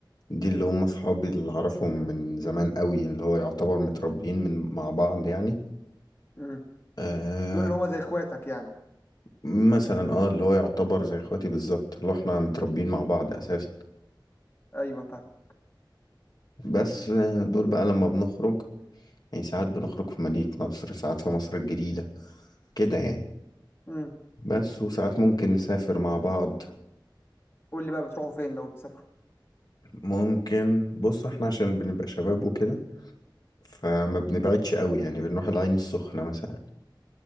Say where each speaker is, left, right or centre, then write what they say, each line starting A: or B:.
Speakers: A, on the left (about 55°); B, on the left (about 30°).
A: دي اللي هم صحابي اللي أعرفهم من زمان قوي اللي هو يعتبر متربيين من مع بعض يعني
B: امم
A: آه
B: دول اللي هو زي اخواتك يعني
A: مثلا اه اللي هو يعتبر زي اخواتي بالظبط اللي احنا متربيين مع بعض أساسا
B: ايوه فاهم
A: بس آه، دول بقى لما بنخرج يعني ساعات بنخرج في مدينة نصر ساعات في مصر الجديدة كده يعني
B: امم
A: بس وساعات ممكن نسافر مع بعض
B: قول لي بقى بتروحوا فين لو تسافروا
A: وممكن بص احنا عشان بنبقى شباب وكده فما بنبعدش قوي يعني بنروح العين السخنة مثلا